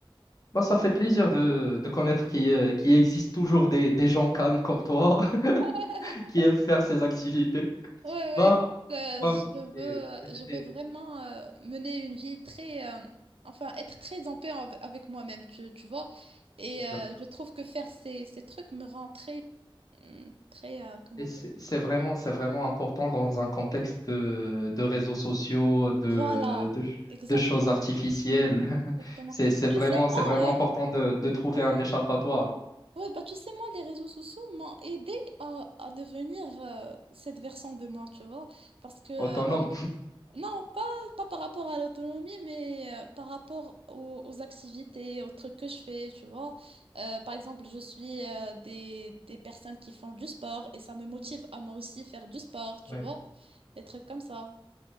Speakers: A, on the left; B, on the right.
A: Bah, ça fait plaisir de, de connaître qu'il euh, qu'il existe toujours des, des gens calmes comme toi <laughs>
B: <laughs>
A: qui aiment faire ces activités.
B: Ouais, ouais,
A: Bah,
B: écoute, euh,
A: moi-même,
B: je
A: j'ai-
B: veux,
A: j'étais
B: je veux vraiment euh, mener une vie très, euh, enfin, être très en paix av- avec moi-même, tu, tu vois. Et
A: exactement.
B: euh, je trouve que faire ces, ces trucs me rend très, hum, très, euh, comment
A: Et c'est
B: dire.
A: c'est vraiment, c'est vraiment important dans un contexte de, de réseaux sociaux, de,
B: Voilà,
A: de, ch-
B: exactement,
A: de choses artificielles. <laughs>
B: exactement.
A: C'est, c'est
B: Ah, tu
A: vraiment,
B: sais, moi,
A: c'est vraiment important
B: euh,
A: de, de trouver
B: ouais.
A: un échappatoire
B: Ouais, bah tu sais, moi, les réseaux sociaux m'ont aidé à, à devenir euh, cette version de moi, tu vois. Parce que, euh,
A: autonome
B: non, pas, pas par rapport à l'autonomie, mais euh, par rapport aux, aux activités, aux trucs que je fais, tu vois. Euh, par exemple, je suis euh, des, des personnes qui font du sport et ça me motive à moi aussi faire du sport, tu
A: Ouais.
B: vois. Des trucs comme ça.